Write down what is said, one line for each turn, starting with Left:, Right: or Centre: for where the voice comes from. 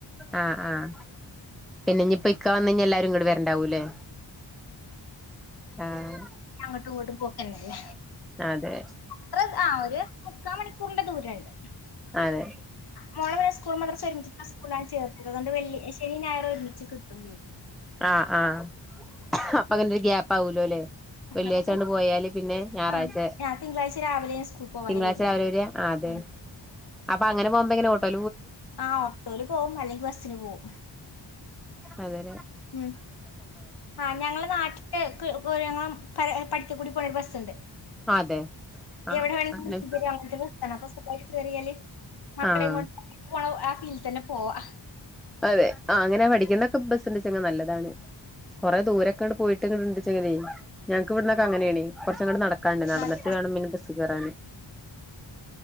Centre: ആഹ് ആഹ് പിന്നെ ഇനി ഇപ്പ ഇക്കാ വന്ന ക എല്ലാരും ഇങ്ങോടെ വരണ്ടാവൂല്ലേ ആഹ
Left: അങ്ങോട്ട് ഇങ്ങോട്ട് പോക്കന്നല്ലേ
Centre: അതെ
Left: അത്ര ആ ഒരു മുക്കാ മണിക്കൂറിന്റെ ദൂരുണ്ട്
Centre: അതെ
Left: മോളമല സ്കൂൾ മാത്രം ഒരുമിച്ചിട്ടുള്ള സ്കൂളിലാണ് ചേർത്തത് അതുകൊണ്ട് വി ശ നായർ ഒരുമിച്ച് കിട്ടൂല്ലേ
Centre: ആഹ് ആഹ് അപ്പൊ അങ്ങനെ ഒരു ഗ്യാപ്പ് ആാവൂലോ അല്ലെ വെള്ളിയാഴ്ച
Left: അപ്പൊ
Centre: കൊണ്ട് പോയാല് പിന്നെ ഞായറാഴ്ച
Left: ആ ഞാൻ തിങ്കളാഴ്ച രാവിലെ ഞാൻ സ്കൂളിൽ പോവാനേ
Centre: തിങ്കളാഴ്ച
Left: വരുന്നു
Centre: രാവിലെ വര് ആ അതെ
Left: ഉം.
Centre: അപ്പൊ അങ്ങനെ പോകുമ്പ എങ്ങനെ ഓട്ടോ
Left: ആ ഓട്ടോൽ പോവും അല്ലെങ്കിൽ ബസിന് പോകവും
Centre: അതെ
Left: ഉം ആ ഞങ്ങള നാട്ടില് ഞങ്ങ പ പഠ ൂടി പോർവശുണ്ട്
Centre: അതെ ആഹ്
Left: എവിടെ വേണമങ്ക
Centre: അങ്ങനെ
Left: നി അങ്ങത്തെ അപ്പൊറിയല്ലേ മക്കളെയ
Centre: ആഹ്
Left: കൊണ്ട് ആ ഫീൽഡിൽ തന്നെ പോവാ
Centre: അതെ ആ അങ്ങനെ പഠിക്കുന്നൊക്കെ ബസ്ണ്ടച്ചങ് നല്ലതാണ് കൊറെ ദൂരൊക്കെ അ പോയിട്ട്ങ്ങ ഇണ്ടെങ്ങനെ ഞങ്ങക്ക് ഇവിടുന്നൊക്കെ അങ്ങനെയണ ങ്ങട്ട നടക്കാണ്ട് നടന്നിട്ട്
Left: നടക്കാൻ
Centre: വേണന്നെ ബസ് കറാന്